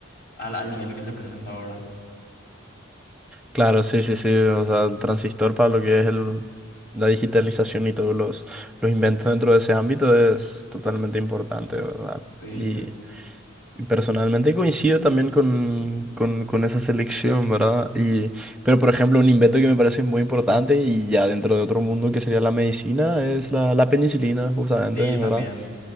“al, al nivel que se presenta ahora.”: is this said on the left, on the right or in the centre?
Left